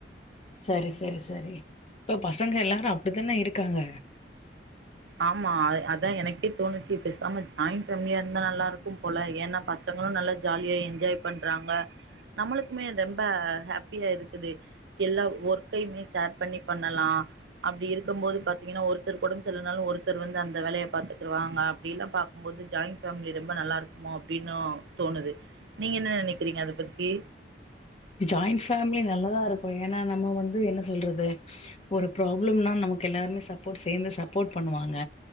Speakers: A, on the left (about 35°); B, on the right (about 80°).
A: சரி சரி சரி இப்ப பசங்க எல்லாரு அப்புடித்தானே இருக்காங்க
B: ஆமா அ அதான் எனக்கே தோணுச்சு பேசாம ஜாயிண்ட் ஃபேமிலியா இருந்தா நல்லா இருக்கு போல ஏன்னா பசங்களு நல்லா ஜாலியா என்ஜாய் பண்றாங்க நம்மளுக்குமே ரொம்ப ஹோப்பியா இருக்குது எல்லா ஒர்க்கயுமே ஷேர் பண்ணி பண்ணலா அப்புடி இருக்கு போது பாத்தீங்கனா ஒருத்தர்கு உடம் சரியில்னாலு ஒருத்தர் வந்து அந்த வேலேய பார்த்துக்குவாங்க அப்புடிலா பாக்குபோது ஜாயிண்ட் ஃபேமிலி ரொம்ப நல்லா இருக்குமோ அப்டின்னு தோணுது நீங்க என்ன நினைக்கிறீங்க அத பத்தி
A: ஜாயின்ஃபேமிலி நல்லதா இருக்கு ஏனா நம்ம வந்து என்ன சொல்றது ஒரு ப்ராப்ளம்னா நமக்கு எல்லாருமே சப்போர்ட் சேர்ந்து சப்போர்ட் பண்ணுவாங்க